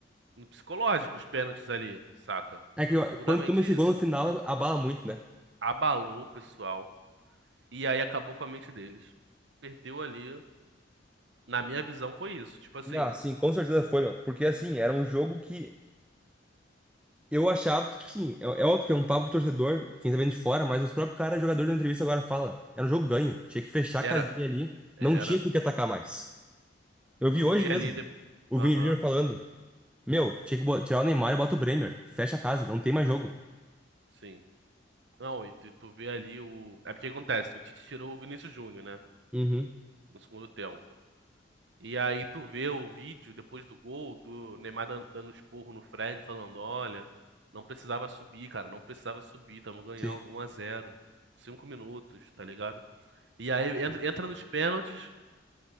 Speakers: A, on the right; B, in the centre.
A: no psicológico, os pênaltis ali, saca?
B: É que
A: Foi
B: ó,
A: puramente
B: quando toma esse
A: isso.
B: gol no final, abala muito, né?
A: Abalou o pessoal e aí acabou com a mente deles. Perdeu ali, na minha visão, foi isso. Tipo assim,
B: Ah, sim, com certeza foi, meu. Porque assim, era um jogo que eu achava que, tipo assim, é, é óbvio que é um papo de torcedor, quem tá vendo de fora, mas os próprios caras, jogadores da entrevista agora fala. Era um jogo ganho. Tinha que fechar
A: era,
B: a casinha ali.
A: era.
B: Não tinha por que atacar mais. Eu vi
A: Tu
B: hoje
A: vê
B: mesmo
A: ali. de-
B: o
A: Aham.
B: Vini Júnior falando: Meu, tinha que bo- tirar o Neymar e bota o Bremer. Fecha a casa, não
A: Uhum.
B: tem mais jogo.
A: Sim. Não, e tu, tu vê ali o. É porque acontece, o Tite tirou o Vinícius Júnior, né?
B: Uhum.
A: No segundo tempo. E aí tu vê o vídeo depois do gol do Neymar dan- dando um esporro no Fred, falando: olha, não precisava subir, cara, não precisava subir, tamo ganhando
B: Sim.
A: um a zero cinco minutos, tá ligado? E aí entra, entra nos pênaltis,